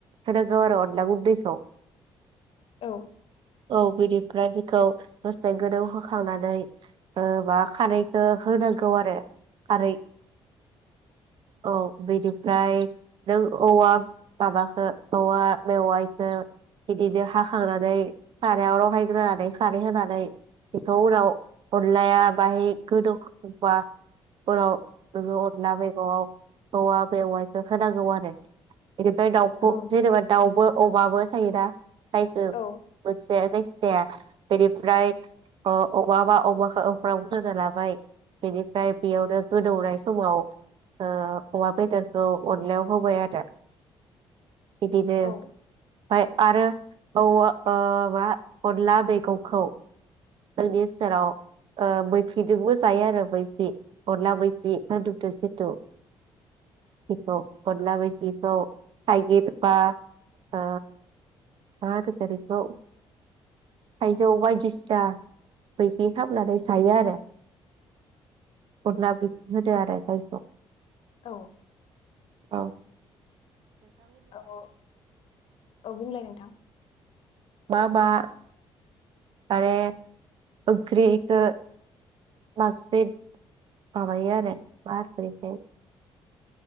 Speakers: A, on the right; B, on the left.
A: होनांगौ आरो अनला गुन्दैखौ
B: औ
A: औ बिनिफ्राय बेखौ बेसे गोदौ होखांनानै ओ मा खारैखौ होनांगौ आरो खारै औ बिनिफ्राय नों औवा माबाखो औवा मेवायखो बिदिनो हाखांनानै सारायाव रहायग्रोनानै खारै होनानै बेखौ उनाव अनलाया बाहाय गोदोबाफोराव अरला बेगरआव औवा बेवायखौ होनांगौ आरो बिनिफ्राय दाउखौ
B: औ
A: जेनेबा दाउबो अमाबो थायो दा थायखो‌
B: औ
A: मोनसे जाय जाया बेनिफ्राय ओ अबावबा अमाखौ बाव दोना लाबाय बेनिफ्राय बेयावनो गोदौनाय समाव ओ अमा बेदरखौ अनलायाव होबाय आरो बिदिनो
B: औ
A: ओमफाय आरो औवा ओ मा अनला मेगंखौ जोंनि सेराव ओ मैफ्रिजोंबो जायो आरो मैफ्रि अनला मैफ्रि खदुदो जथु बेखौ। अनला मैखौ थाइगिर बा ओ मा होनगोन इखौ थाइजौ बायदिसिना मैखि खामनानै थायो आरो अदला बि होदो आरो जायखौ
B: औ
A: औ
B: औ औ औ बुंलाय नोंथां
A: मा मा माने ओंख्रिखौ बांसिन माबायो आरो मा होनो इखौ